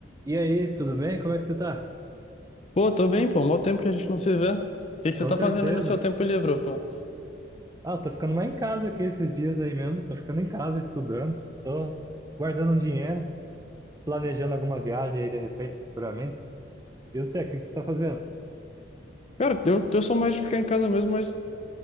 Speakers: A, on the right; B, on the left.
A: E aí, tudo bem? Como é que você tá?
B: Pô, tô bem, pô. Mó tempo que a gente não se vê. O que que você
A: Com
B: tá
A: certeza.
B: fazendo aí no seu tempo livre, pô?
A: Ah, eu tô ficando mais em casa aqui esses dias aí mesmo. Tô ficando em casa estudando. Tô guardando um dinheiro, planejando alguma viagem aí de repente, futuramente. E você, o que que você tá fazendo?
B: Cara, eu, eu sou mais de ficar em casa mesmo, mas